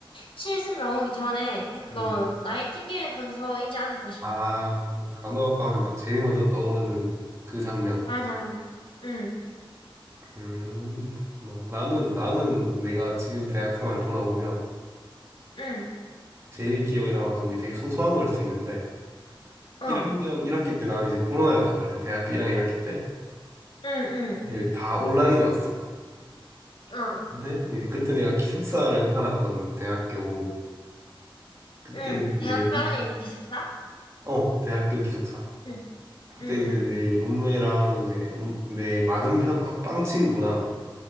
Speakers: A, on the left; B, on the right.
A: 실습 나오기 전에 했던
B: 음.
A: 나이팅게일 선서이지 않을까 싶어.
B: 아, 간호학과 하면 딱 제일 먼저 떠오르는 그 장면.
A: 맞아. 응,
B: 음, 그렇구나. 나는, 나는 내가 지금 대학 생활 돌아보면
A: 응,
B: 제일 기억에 남았던 게 되게 소소한 걸 수 있는데,
A: 어,
B: 1학년 1학기 때 나는 이제 코로나였단 말이야. 대학교 1학년 1학기 때.
A: 응,
B: 이제 다 온라인이었어.
A: 응, 어,
B: 근데 이제 그때 내가 기숙사를 살았거든, 대학교. 그때
A: 응.
B: 내,
A: 대학교 안에 있는 기숙사?
B: 어, 대학교 기숙사.
A: 응,
B: 그때
A: 응,
B: 이제
A: 응,
B: 내 룸메랑 이제 룸, 내 맞은편 앞방 친구랑